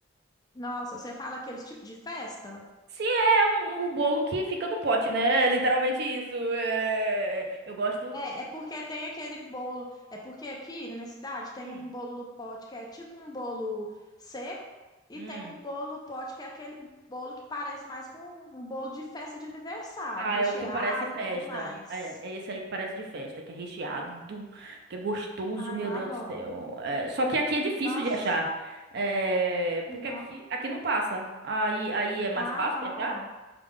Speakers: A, on the left (about 20°); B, on the right (about 55°).
A: Nossa, você fala aquele tipo de festa?
B: Se é um, o bolo que fica no pote, né? É literalmente isso. É, Eu gosto.
A: É, é porque tem aquele bolo. É porque aqui na minha cidade tem
B: Hum.
A: um bolo do pote que é tipo um bolo seco e
B: hum.
A: tem o bolo do pote que é aquele bolo que parece mais com um bolo de festa de aniversário,
B: Ah,
A: recheado
B: é o que parece festa.
A: e tudo mais.
B: É, é esse aí que parece de festa, que é recheado, que é gostoso,
A: Ah,
B: meu
A: eu adoro.
B: Deus do céu. É, só que aqui é difícil
A: Nossa,
B: de achar. É,
A: não.
B: porque aqui, aqui não passa. Aí, aí é mais
A: Ah,
B: fácil
A: não.
B: de achar?